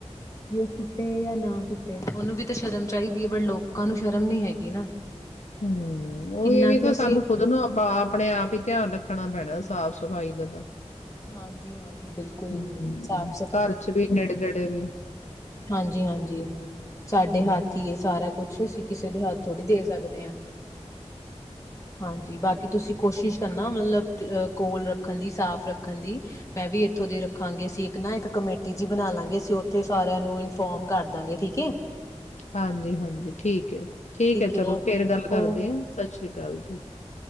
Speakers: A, on the left (about 25°); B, on the left (about 75°).
A: ਕਿ ਉਹ ਸੁੱਟੇ ਜਾਂ ਨਾ ਸੁੱਟੇ ਉਹਨੂੰ ਵੀ ਤਾਂ ਸ਼ਰਮ ਚਾਹੀਦੀ ਹੈ ਬ ਲੋਕਾਂ ਨੂੰ ਸ਼ਰਮ ਨੀ ਹੈਗੀ ਨਾ
B: ਹਮ ਉਹ
A: ਕਿੰਨਾ
B: ਇਹ ਵੀ
A: ਕੁ
B: ਤਾਂ
A: ਅਸੀਂ
B: ਸਾਨੂੰ ਖੁਦ ਨੂੰ ਆਪ ਆਪਣੇ ਆਪ ਹੀ ਧਿਆਨ ਰੱਖ ਰੱਖਣਾ ਪੈਣਾ ਸਾਫ਼ ਸਫ਼ਾਈ ਦਾ
A: ਹਾਂਜੀ ਹਾਂਜੀ ਬਿਲਕੁਲ
B: ਹਮ
A: ਸਾਫ਼
B: ਘਰ ਚ ਵੀ ਨੇੜ ਗੜੇ ਵੀ
A: ਹਾਂਜੀ ਹਾਂਜੀ ਸਾਡੇ
B: ਹੂੰ-ਹੂੰ।
A: ਹੱਥ ਹੀਏ ਸਾਰਾ ਕੁਛ ੱ ਅਸੀਂ ਕਿਸੇ ਦੇ ਹੱਥ ਥੋੜ੍ਹੀ ਦੇ ਸਕਦੇ ਹਾਂ ਹਾਂਜੀ ਬਾਕੀ ਤੁਸੀਂ ਕੋਸ਼ਿਸ਼ ਕਰਨਾ ਮਤਲਬ ਅ ਕੋਲ ਰੱਖਣ ਦੀ ਸਾਫ਼ ਰੱਖਣ ਦੀ ਮੈਂ ਵੀ ਇੱਥੋਂ ਦੀ ਰੱਖਾਂਗੇ ਅ ਇੱਕ ਨਾ ਇੱਕ ਕਮੇਟੀ ਜੀ ਬਣਾ ਲਾਂਗੇ ਅਸੀਂ ਉੱਥੇ ਸਾਰਿਆਂ ਨੂੰ ਨੂੰ ਇਨਫੋਰਮ ਕਰਦਾਂਗੇ ਠੀਕ ਹੈ
B: ਹਾਂਜੀ ਹਾਂਜੀ ਠੀਕ ਹੈ ਠੀਕ ਹੈ ਚਲੋ
A: ਏ ਓ
B: ਫੇਰ ਗੱਲ ਕਰਦੇ
A: ਓ
B: ਹ ਸਤਿ ਸ੍ਰੀ ਅਕਾਲ ਜੀ